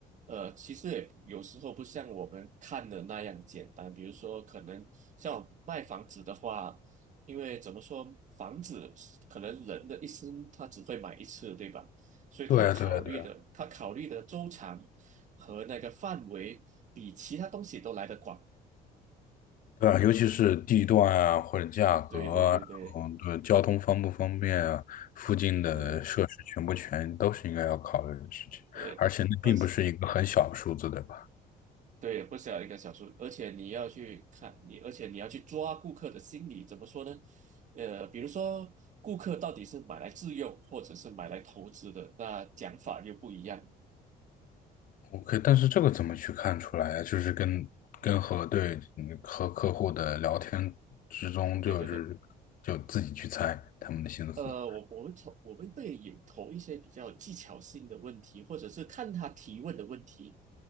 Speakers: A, on the right; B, on the left.
A: 呃，其实也有时候不像我们看的那样简单。比如说，可能像卖房子的话，因为怎么说，房子可能人的一生他只会买一次，对吧？所以他考虑的，
B: 对啊，对啊，对啊，
A: 他考虑的周长和那个范围比其他东西都来得广。
B: 对啊，尤其是地段啊，或者价格啊，
A: 对对对对，
B: 然后对交通方不方便啊，附近的设施全不全，
A: 是，
B: 都是应该要考虑的事情。
A: 对。
B: 而且那并不是一个很小的数字，
A: 而且。
B: 对吧？
A: 对，不是要一个小数，而且你要去看你，而且你要去抓顾客的心理，怎么说呢？呃，比如说顾客到底是买来自用，或者是买来投资的，那讲法又不一样。
B: OK，但是这个怎么去看出来呀？就是跟跟和对嗯和客户的聊天之中，就是就自己去猜他们的心思。
A: 对对对，呃，我我们从，我们会也投一些比较技巧性的问题，或者是看他提问的问题。